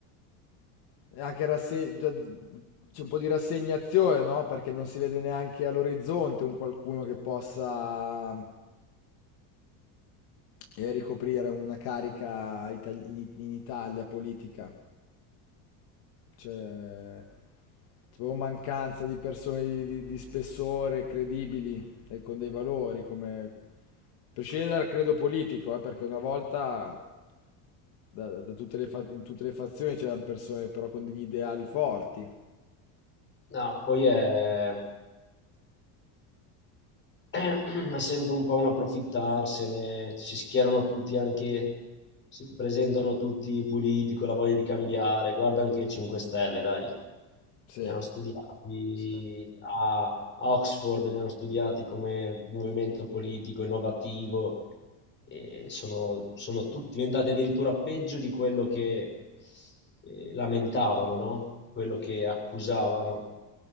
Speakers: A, on the left; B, on the left.
A: è anche rasse- già- c'è un po' di rassegnazione, no? Perché non si vede neanche all'orizzonte un qualcuno che possa... e ricoprire una carica itali- in, in Italia politica. C'è, c'è proprio mancanza di persone di, di- di spessore, credibili e con dei valori, come... prescindere dal credo politico, eh, perché una volta da- da tutte le fa- in tutte le fazioni c'erano persone però con degli ideali forti.
B: No, poi è Ehm, <clears throat> è sempre un po' un approfittarsene, si schierano tutti anche, si presentano tutti puliti con la voglia di cambiare, guarda anche il 5 Stelle, dai,
A: Sì,
B: li hanno studiati
A: Sì.
B: a, a Oxford, li hanno studiati come movimento politico innovativo e sono, sono tutti diventati addirittura peggio di quello che eh, lamentavano, no? Quello che accusavano.